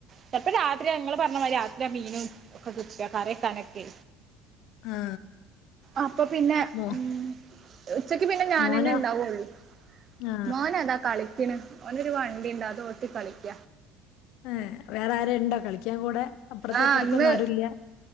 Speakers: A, on the right; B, on the left.
A: ചലപ്പോ രാത്രി നിങ്ങള് പറഞ്ഞ മാതിരി രാത്രി ആഹ് മീനും ഒക്കെ കിട്ട്ക കറിവെക്കാനൊക്കെ
B: ആ
A: അപ്പൊ പിന്നെ
B: മോ
A: ഉം ഉച്ചക്ക് പിന്നെ ഞാനന്നെ
B: മോനോ
A: ഉണ്ടാവുള്ളൂ
B: ആ
A: മോനതാ കളിക്കണ് ഓന് ഒരു വൺ വണ്ടിണ്ട് അതോ ഓട്ടി കളിക്ക
B: ഏഹ് വേറെ ആരൊണ്ടോ കളിക്കാൻ കൂടെ അപ്പുറത്ത്
A: ആഹ്
B: ഇപ്പുറത്തൊന്നും
A: ഇന്ന്
B: ആരുമില്ല